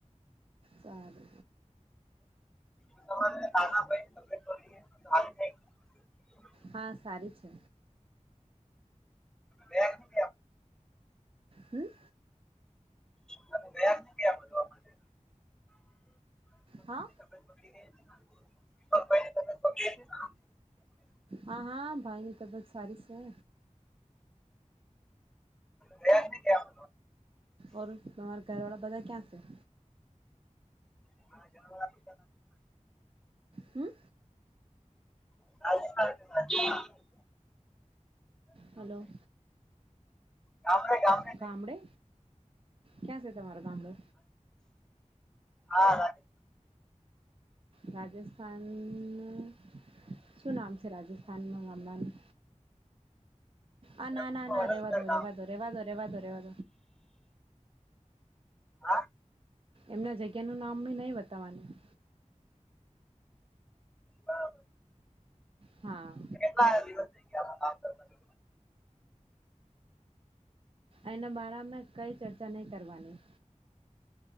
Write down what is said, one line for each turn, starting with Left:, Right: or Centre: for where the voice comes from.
Right: સારુ
Centre: <inaudible>
Right: હા, સારી છે.
Centre: એમ
Right: હમ્મ
Centre: તમે ગયા ને ગયા <unintelligible> જોવા માટે
Right: હા
Centre: <inaudible>
Right: હા હા ભાઈની તબિયત સારી છે.
Centre: ર્યાજ ને ક્યા
Right: ઓ તમારા ઘરવાળા બધા ક્યાં છે
Centre: <unintelligible>
Right: હમ
Centre: આજે મારા ઘરે. <unintelligible>
Right: હલો.
Centre: ગામરે ગામરે.
Right: ગામડે ક્યાં છે તમારો ગામડુ.
Centre: હા રા.
Right: રાજસ્થાની. શું નામ છે રાજસ્થાનમાં હમલાનું.
Centre: ઉદયપુરમાં
Right: હ ના ના ના
Centre: વધારે
Right: રેવા
Centre: તો વધારે કામ
Right: રેવા ધો રેવા દો રેવા દો રેવા
Centre: હા
Right: એમના જગ્યાનું નામ બી નહીં વતાવવાનું.
Centre: બરાબર.
Right: હા.
Centre: બાર દિવસ. કરતા હા
Right: એના બારામે કઈ ચર્ચા નહીં કરવાની.